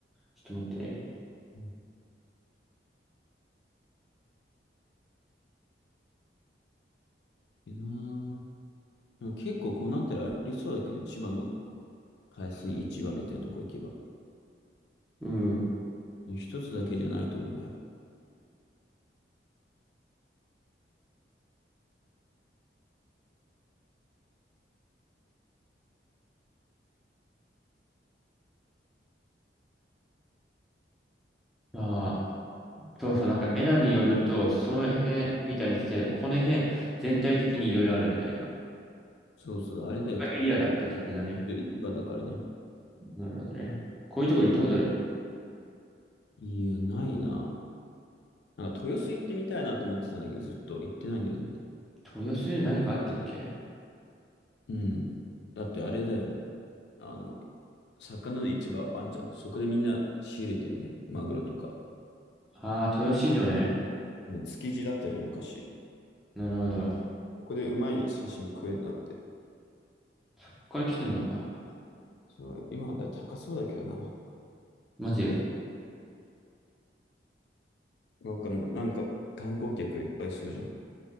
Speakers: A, in the centre; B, on the left.
A: ちょっと待ってね。
B: うんいいなぁ。でも結構こうなったらありそうだけどね、千葉の海鮮市場みたいなとこ行けば。
A: うん。
B: 一つだけじゃないと思うよ、あれ
A: まあ、そうそう、なんかエナによると、その辺みたいにして、この辺全体的にいろいろあるみたいな。
B: そうそう、あれだよ、多分
A: エリアだった的なね。
B: 市場だからね。
A: なるほどね。こういうとこ行ったことある
B: いや、ないななんか豊洲行ってみたいなと思ってたんだけど、ずっと行ってないんだよね、まだ。
A: 豊洲に何があったっけ
B: うん。だってあれだよ。あの、魚の市場あんじゃん。そこでみんな仕入れてんね。マグロとか。
A: ああー、豊洲市場ね。
B: もう築地だったじゃん、昔。
A: なるほど。
B: そこでうまい刺身食えんだって。
A: そっから来てんのか。
B: そう、今はだいぶ高そうだけどな。
A: マジ
B: わかんない。なんか、観光客いっぱいそうじゃん。